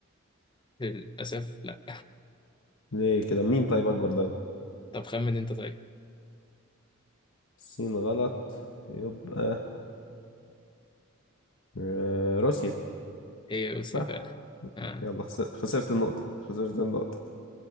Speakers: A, on the left; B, on the left.
A: للأسف لأ
B: ليه كده مين طيب أكبر دولة
A: طب خمن أنت طيب
B: الصين غلط يبقى آه، روسيا
A: هي روسيا
B: صح
A: فعلا آه
B: يلا خسر- خسرت النقطة خسرت النقطة